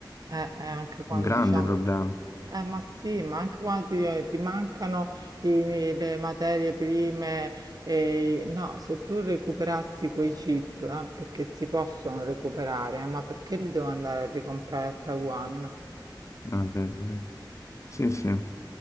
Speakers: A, on the right (about 55°); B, on the left (about 40°).
A: eh, eh, anche quando
B: Un grande
A: diciamo
B: problema,
A: eh, ma sì, ma anche quando ti, eh, ti mancano i- le materie prime, e i- no, se tu recuperassi quei chip, eh, perché si possono recuperare, ma perché li devo andare a ricomprare a Taiwan?
B: Ah, è vero, è vero. Sì, sì, è